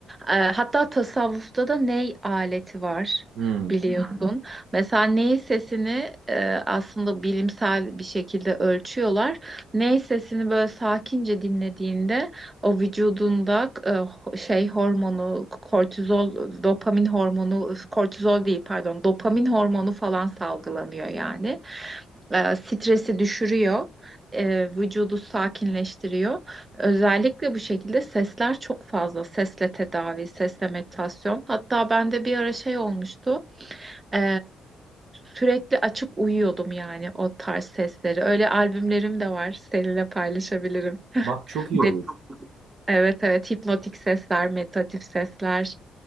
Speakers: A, on the right; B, on the right.
A: Ee, hatta tasavvufta da ney aleti var
B: Hmm.
A: biliyorsun. Mesela ney sesini e, aslında bilimsel bir şekilde ölçüyorlar. Ney sesini böyle sakince dinlediğinde o vücudunda e, ho- şey hormonu, kortizol, dopamin hormonu, kortizol değil pardon, dopamin hormonu falan salgılanıyor yani. E, stresi düşürüyor, e, vücudu sakinleştiriyor. Özellikle bu şekilde sesler çok fazla. Sesle tedavi, sesle meditasyon. Hatta bende bir ara şey olmuştu. E, sürekli açıp uyuyordum yani o tarz sesleri. Öyle albümlerim de var. Seninle paylaşabilirim.
B: Bak çok iyi
A: Ne
B: olur.
A: Evet evet hipnotik sesler, meditatif sesler.